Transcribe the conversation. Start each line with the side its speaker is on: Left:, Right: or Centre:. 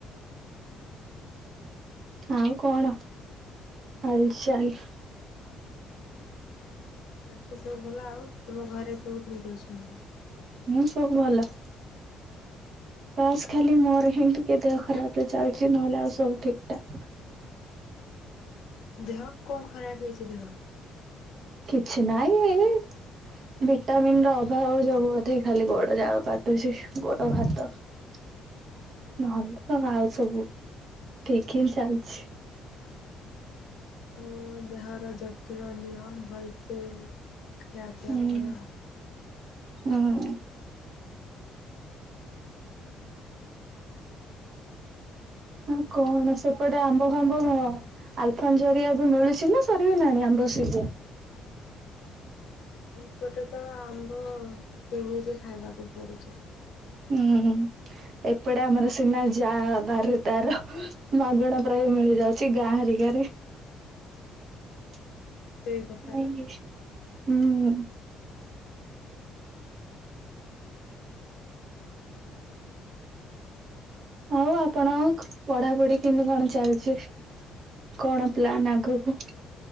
Right: ଆଉ କଣ ହାଲ୍ ଚାଲ୍?
Left: ବାକି ସବୁ ଭଲ, ଆଉ ତୁମ ଘରେ ସ ବୋଉ କେମିତି ଅଛନ୍ତି?
Right: ହୁଁ ସବୁ ଭଲ। ବାସ ଖାଲି ମୋର ହିଁ ଟିକେ ଦେହ ଖରାପ ରେ ଚାଲିଛି, ନହେଲେ ଆଉ ସବୁ ଠିକ୍ ଠାକ୍।
Left: ଦେହ, କଣ ଖରାପ୍ ହେଇଛି ଦେହ?
Right: କିଛି ନାଇଁ ଏଇ ଭିଟାମିିନ ର ଅଭାବ ଯୋଗୁବୋଧେ ଖାଲି ଗୋଡ ଯାକ କାଟୁଛି, ଗୋଡ ହାତ ନ ହେଲେ ତ, ଆଉ ସବୁ ଠିକ୍ ହିଁ ଚାଲିଛି।
Left: ହଁ, ଦେହର ଯତ୍ନ ନିଅ ଭଲସେ ଖିଆପିଆ
Right: ହୁଁ
Left: କର ଆଉ
Right: ହଁ। ଆଉ କଣ ସେପଟେ ଆମ୍ବ ଫାମ୍ବ ଆଲଫନ୍ ଜରି ଏବେ ମିଳୁଛି ନା ସରିଗଳାଣି ଆମ୍ବ ସିଜିନ୍?
Left: ଏପଟେ ତ ଆମ୍ବ, କିଣିକି ଖାଇବାକୁ ପଡ଼ୁଛି।
Right: ହୁଁ, ଏପଟେ ଆମର ସିନା ଯା ବାରି ରେ ତାର ମାଗଣା ପ୍ରାୟ ମିଳି ଯାଉଛି ଗାଁ ହରିକାରେ। ନାଇଁ
Left: ସେଇ କଥାଟା
Right: କି ହୁଁ। ଆଉ ଆପଣ କ ପଢାପଢି କେମିତି କଣ ଚାଲିଛି। କଣ ପ୍ଲାନ ଆଗକୁ?